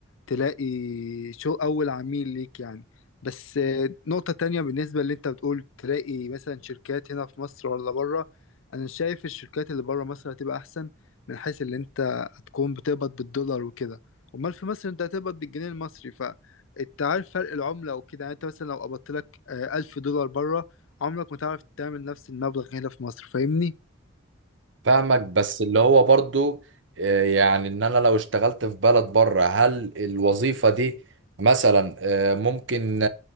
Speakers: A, on the left (about 75°); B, on the right (about 65°).
A: تلاقي شو اول عميل ليك يعني بس آه، نقطة تانية بالنسبة اللي انت بتقول تلاقي مثلا شركات هنا في مصر ولا بره انا شايف الشركات اللي بره مصر هتبقى احسن من حيث اللي انت هتكون بتقبض بالدولار وكده امال في مصر انت هتقبض بالجنيه المصري فانت عارف فرق العملة وكده يعني انت مثلا لو قبضت لك آه، 1000 دولار بره عمرك ما تعرف تعمل نفس المبلغ هنا في مصر فاهمني؟
B: فاهمك بس اللي هو برضو آه، يعني ان انا لو اشتغلت في بلد بره هل الوظيفه دي مثلا آه، ممكن